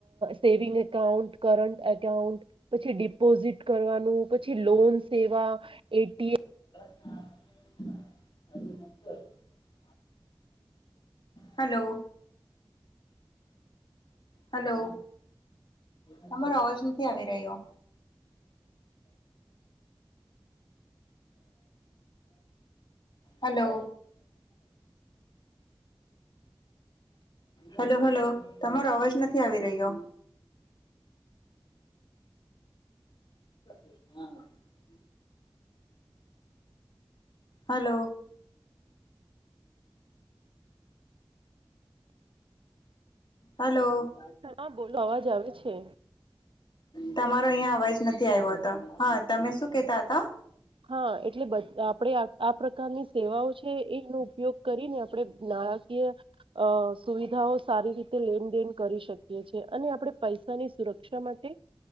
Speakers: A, on the right (about 80°); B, on the left (about 60°).
A: સેવિંગ એકાઉન્ટ કરટ એકાઉન્ટ પછી ડિપોઝિટ કરવાનું પછી લોન સેવા એટીએમ
B: હા હલો હલો તમારો અવાજ નથી આવી રહ્યો હલો હલો હલો તમારો અવાજ નથી આવી રહ્યો <inaudible> હ હલો હલો
A: હ બોલો અવાજ આવે છે
B: તમારો અહીં અવાજ નથી આવ્યો હતો હા તમે શું કેતા હતા
A: હા એટલે બધા આપણે આ પ્રકારની સેવાઓ છે એનો ઉપયોગ કરીને આપડે નાણાકીય અ સુવિધાઓ સારી રીતે લેનદેન કરી શકીએ છે અને આપણે પૈસાની સુરક્ષા માટે